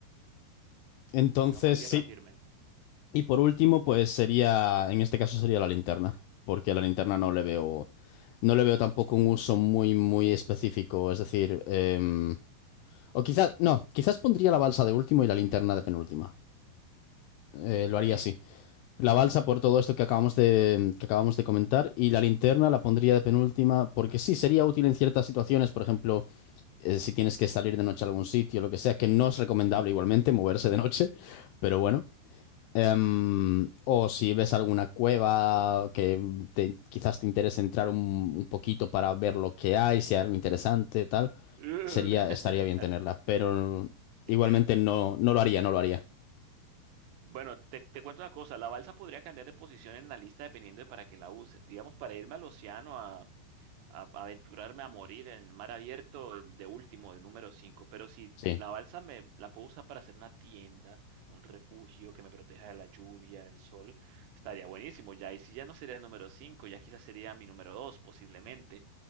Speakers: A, on the left; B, on the right.
A: Entonces,
B: Si yo amo tierra
A: sí.
B: firme.
A: Y por último, pues sería, en este caso sería la linterna, porque a la linterna no le veo, no le veo tampoco un uso muy, muy específico. Es decir, em, o quizás, no, quizás pondría la balsa de último y la linterna de penúltima. Eh,
B: Mm,
A: lo
B: ok.
A: haría así. La balsa por todo esto que acabamos de, que acabamos de comentar y la linterna la pondría de penúltima porque sí sería útil en ciertas situaciones, por ejemplo. eh, si tienes que salir de noche a algún sitio, lo que sea, que no es recomendable igualmente moverse de noche, <laughs> pero bueno. Em, o si ves alguna cueva que te- quizás te interese entrar un, un poquito para ver lo que hay, si hay algo interesante, tal,
B: Ugh.
A: sería, estaría
B: <laughs>
A: bien tenerla, pero
B: Qué
A: igualmente
B: miedo.
A: no, no lo haría, no lo haría.
B: Bueno, te, te cuento una cosa, la balsa podría cambiar de posición en la lista dependiendo de para qué la uses. Digamos, para irme al océano a, a a aventurarme a morir en mar abierto de último, de número 5. pero si
A: Sí.
B: la balsa me la puedo usar para hacer una tienda, un refugio que me proteja de la lluvia, del sol, estaría buenísimo ya. Y si ya no sería el número 5, ya quizás sería mi número 2 posiblemente.